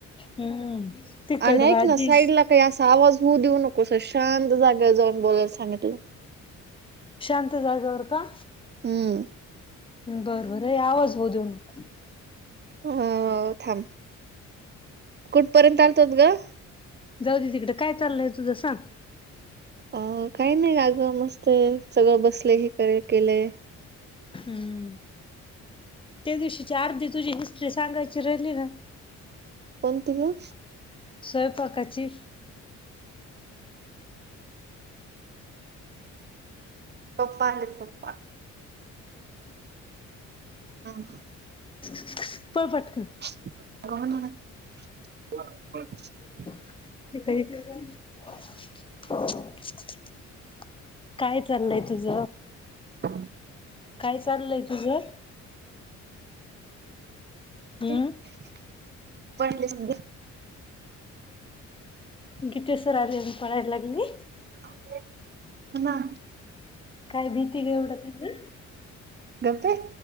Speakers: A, on the left; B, on the right.
A: हम्म तिकट
B: आणि ऐक
A: भाजी.
B: ना साईडला काही असा आवाज होऊ देऊ नकोस शांत जागेत जाऊन बोलायला सांगितलं.
A: शांत जागेवर का?
B: हम्म
A: बरं बरं आवाज होऊ देऊ नको.
B: हो थांब कुठपर्यंत आलतोत ग?
A: जाऊ दे तिकडं काय चाललंय तुझं सांग?
B: अ काही नाही आगं मस्त आहे सगळं बसले हे करे केलेय.
A: हम्म त्या दिवशीच्या अर्धी तुझी हिस्ट्री सांगायची राहिली ना.
B: कोणती ग?
A: स्वयंपाकाची?
B: पप्पा आले पप्पा. हम्म.
A: <unintelligible> पळ पटकन.
B: <unintelligible> हो ना. <unintelligible>
A: <unintelligible> काय चाललंय तुझ?
B: <unintelligible>
A: काय चाललय तुझं?
B: <unintelligible>
A: हम्म गीतेसर आले, मंग पळायला लागली.
B: आपलेत <unintelligible> होणा
A: काय भीती ग, एवढं त्यांना?
B: गपये,